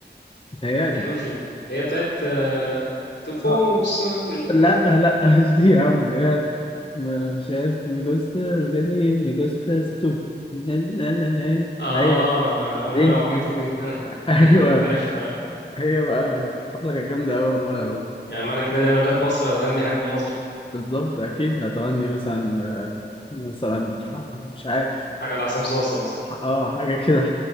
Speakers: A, on the left (about 30°); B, on the left (about 75°).
A: متهيألي
B: يا عم فر... اللي هي بتاعت آه، تفوس
A: أه
B: مش دي
A: لأ
B: إيه؟
A: لأ <laughs> مش دي يا عم اللي هي م- مش عارف مي جوست بني مي جوست ستو <laughs>
B: اه
A: ايوه
B: آه،
A: دي
B: الاغنيه العبيطه دي انا <laughs>
A: ايوه
B: أيوة، عارفها
A: هي بقى الحفله كانت جامده قوي والله
B: آه.
A: هو
B: يعني معنى كده ان هي لو جت مصر هتغني حاجه بالمصري
A: بالظبط اكيد هتغني مثلا آه، مثلا ح- مش عارف
B: حاجه على عصام صاصا مثلا
A: ح- اه حاجه كده